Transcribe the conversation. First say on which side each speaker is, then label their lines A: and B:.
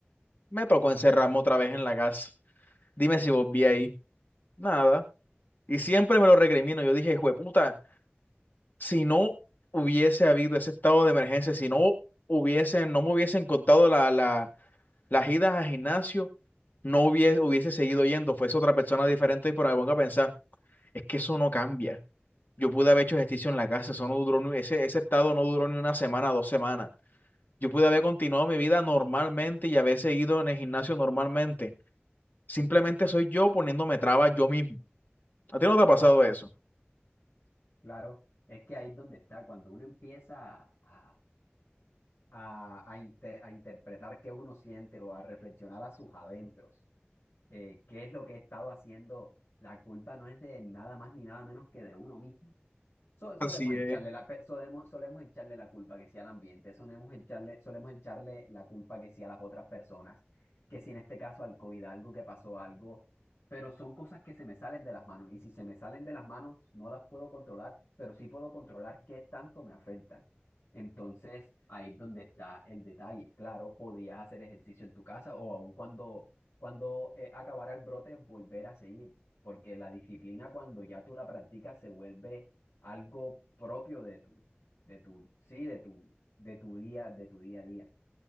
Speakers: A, on the left; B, on the left.
A: me tocó encerrarme otra vez en la casa, dime si volví ahí, nada, y siempre me lo recrimino, yo dije, puta si no hubiese habido ese estado de emergencia, si no hubiesen, no me hubiesen contado la, la- las idas al gimnasio, no hubiese, hubiese seguido yendo, fuese otra persona diferente, pero me pongo a pensar, es que eso no cambia. Yo pude haber hecho ejercicio en la casa, eso no duró, ni- ese, ese estado no duró ni una semana, dos semanas. Yo pude haber continuado mi vida normalmente y haber seguido en el gimnasio normalmente. Simplemente soy yo poniéndome trabas yo mismo. ¿A ti no te ha pasado eso?
B: Claro, es que ahí es donde está, cuando uno empieza a, a, a inter- a interpretar qué uno siente o a reflexionar a sus adentros, eh, qué es lo que he estado haciendo, la culpa no es de nada más ni nada menos que de uno mismo. So- solemos
A: Así
B: echarle
A: es.
B: la, pe- solemos, solemos echarle la culpa que sea al ambiente, solemos echarle, solemos echarle la culpa que sea a las otras personas, que si en este caso al COVID algo, que pasó algo, pero son cosas que se me salen de las manos y si se me salen de las manos no las puedo controlar, pero sí puedo controlar qué tanto me afectan. Entonces ahí es donde está el detalle. Claro, podías hacer ejercicio en tu casa o aun cuando, cuando eh, acabara el brote volver a seguir, porque la disciplina cuando ya tú la practicas se vuelve algo propio de tu, de tu, sí, de tu, de tu día, de tu día a día.